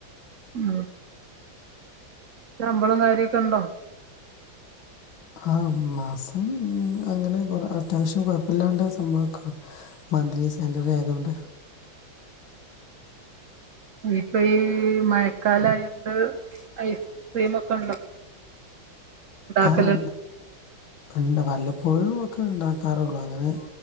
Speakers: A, on the right; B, on the left.
A: ഉം ശമ്പളോം കാര്യോക്കെ ഉണ്ടോ
B: ആ മാസം അങ്ങനെ അത്യാവശ്യം കുഴപ്പില്ലാണ്ട് സംഭവ മന്തിലി സാലറി ആയതുകൊണ്ട്
A: ഇപ്പൊ ഈ മഴക്കാലായോണ്ട് ഐസ് ക്രീം ഒക്കെ ഉണ്ടോ ഉണ്ടാക്കല്
B: ആഹ് ആണ്ട് വല്ലപ്പോഴും ഒക്കെ ഉണ്ടാക്കാറുള്ളു അങ്ങനെ